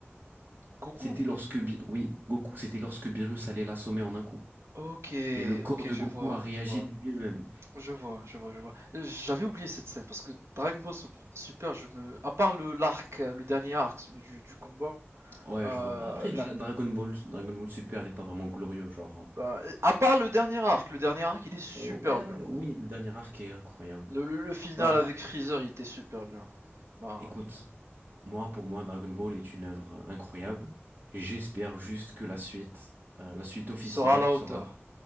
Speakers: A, on the right (about 75°); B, on the right (about 50°).
A: Goku.
B: C'était lorsque, Bi- oui, Goku, c'était lorsque Beerus allait l'assommer en un coup.
A: Ok,
B: Et le corps
A: ok,
B: de
A: je
B: Goku
A: vois,
B: a réagi
A: je vois,
B: de lui-même.
A: je vois, je vois, je vois. J'avais oublié cette scène parce que Dragon Ball Sup- Super, je me, à part le l'arc, euh, le dernier arc, celui du, du combat,
B: Ouais,
A: euh,
B: je vois. Après, Dra-
A: je
B: Dragon Ball, Dragon Ball Super n'est pas vraiment glorieux, genre.
A: Bah, à part le dernier arc, le dernier arc il est super
B: euh, euh, ouais,
A: bien.
B: ouais, oui, le dernier arc est incroyable.
A: Le, le, le final
B: Bah,
A: avec Freezer il était super bien. Bah,
B: écoute, moi, pour moi, Dragon Ball est une œuvre incroyable. J'espère juste que la suite, euh, la suite officielle
A: sera à la
B: sera,
A: hauteur.